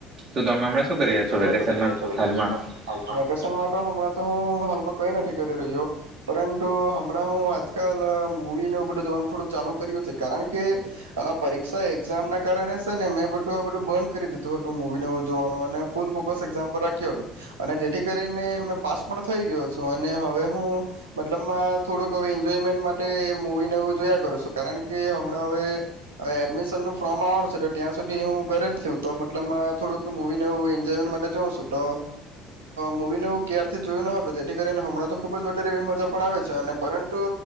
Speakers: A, on the right; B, on the right.
A: તો તમે હમણા શું કરી
B: હમણાં
A: છો વેકેશનમાં
B: શું કરી રયા. તો વેકેશનમાં
A: હાલમાં
B: હાલમાં વેકેશનમાં તો હમણાં તો હું હાલમાં કઈ નથી રહ્યો પરંતુ હમણાં હું વાત મુવી ને જોવાનું થોડુંક ચાલુ કર્યું છે કારણ કે આ પરી એક્ઝામ ના કારણે છે ને મેં બધું આ બધું બંધ કરી દીધું હતું મવીને ઉજવાનું અને ફૂલ ફોકસ એક્ઝામ પર રાખ્યો હતો અને જેથી કરીને મેં પાસ પણ થઈ ગયો છું અને હવે હું મતલબમાં થોડુંક હવે એન્જોયમેન્ટ માટે મૂવી નવું જોયા કરું છું કારણ કે હમણાં હવે એડમિશનનુંું ફોર્મ આવવાનું છે તો ત્યાં સુધી હું ઘરે જ છું તો મતલબ થોડુંક મૂવી નવું વન માટે જોઉં છું તો મવીનેું ક્યારથી જોયું ન હતું જેથી કરીને હમણાં તો ખુબ જારે એવી મજા પણ આવે છે અને પરંતુ